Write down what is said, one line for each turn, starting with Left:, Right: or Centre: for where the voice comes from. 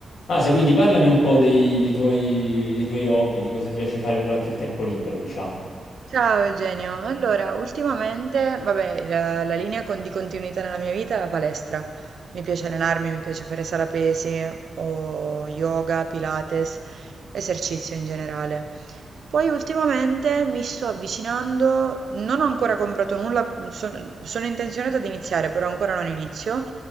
Left: Ah, se quindi parlami un po' dei, dei tuoi, dei tuoi hobby, di cosa ti piace fare durante il tempo libero, diciamo.
Right: Ciao Eugenio, allora ultimamente, vabbè, la, la linea con- di continuità nella mia vita è la palestra. Mi piace allenarmi, mi piace fare sala pesi o yoga, pilates, esercizio in generale. Poi ultimamente mi sto avvicinando, non ho ancora comprato nulla, son- sono intenzionata ad iniziare, però ancora non inizio,